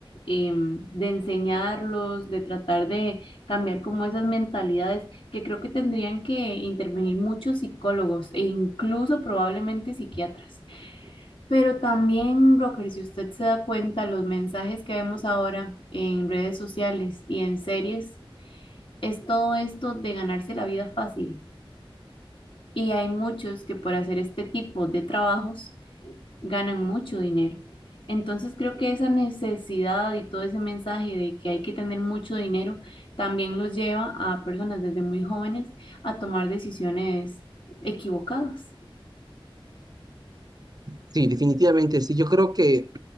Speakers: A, on the left (about 65°); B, on the right (about 45°).
A: Em, de enseñarlos, de tratar de cambiar como esas mentalidades, que creo que tendrían que intervenir muchos psicólogos e incluso probablemente psiquiatras. Pero también, Rocker, si usted se da cuenta, los mensajes que vemos ahora en redes sociales y en series es todo esto de ganarse la vida fácil. Y hay muchos que por hacer este tipo de trabajos ganan mucho dinero. Entonces creo que esa necesidad y todo ese mensaje de que hay que tener mucho dinero también los lleva a personas desde muy jóvenes a tomar decisiones equivocadas.
B: Sí, definitivamente, sí. Yo creo que